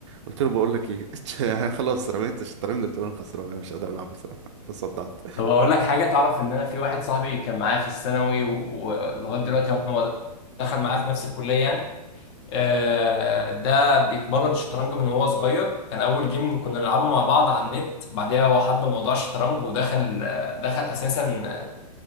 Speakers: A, on the right (about 45°); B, on the left (about 40°).
A: قلت له بقول لك ايه <laughs> يعني خلاص رميت الشطرنج قلت له انا خسران انا مش قادر العب بصراحة تصدعت
B: طب اقول لك حاجه تعرف ان انا في واحد صاحبي كان معايا في الثانوي و- ولغايه دلوقتي هو دخل معايا في نفس الكليه يعني آه، ده بيتمرن شطرنج من وهو صغير كان اول جيم كنا نلعبه مع بعض على النت بعدها هو حب موضوع الشطرنج ودخل آه، دخل اساسا آه،